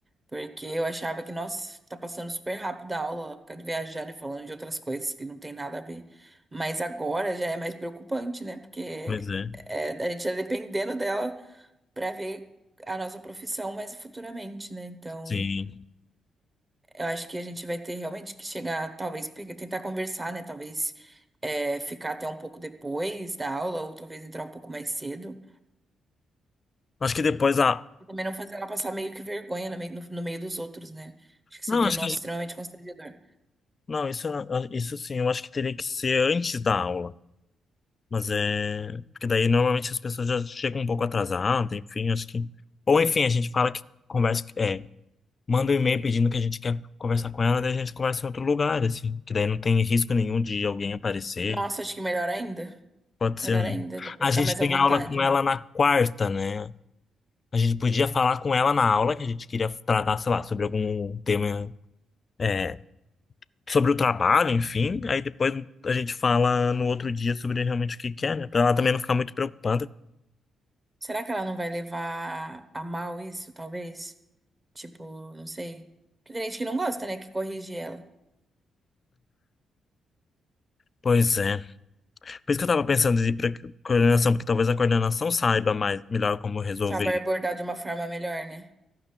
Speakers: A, on the right; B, on the left.
A: Porque eu achava que, nossa, tá passando super rápido a aula, ficar viajando e falando de outras coisas que não tem nada a ver. Mas agora já é mais preocupante, né? Porque
B: Pois é,
A: é, a gente tá dependendo dela pra ver a nossa profissão mais futuramente, né? Então,
B: sim.
A: eu acho que a gente vai ter realmente que chegar, talvez, pegar- tentar conversar, né? Talvez é, ficar até um pouco depois da aula, ou talvez entrar um pouco mais cedo.
B: Acho que depois a.
A: Pra Também não fazer ela passar meio que vergonha no meio, no no meio dos outros, né? Acho que seria,
B: Não, acho
A: nossa,
B: que
A: extremamente constrangedor.
B: Não, isso, eu- isso sim, eu acho que teria que ser antes da aula. Mas é. Porque daí normalmente as pessoas já chegam um pouco atrasadas, enfim, acho que. Ou enfim, a gente fala que conversa. É, manda um e-mail pedindo que a gente quer conversar com ela, daí a gente conversa em outro lugar, assim. Que daí não tem risco nenhum de alguém aparecer.
A: Nossa, acho que melhor ainda.
B: Pode ser,
A: Melhor
B: né?
A: ainda, dá pra
B: A
A: ficar
B: gente
A: mais
B: tem
A: à vontade,
B: aula com
A: né?
B: ela na quarta, né? A gente podia falar com ela na aula, que a gente queria tratar, sei lá, sobre algum tema. é, sobre o trabalho, enfim. Aí depois a gente fala no outro dia sobre realmente o que que é, né? Pra ela também não ficar muito preocupada.
A: Será que ela não vai levar a mal isso, talvez? Tipo, não sei. Porque tem gente que não gosta, né? Que corrige ela.
B: Pois é. Por isso que eu tava pensando em ir pra coordenação, porque talvez a coordenação saiba mais, melhor como resolver.
A: Sabe abordar de uma forma melhor, né?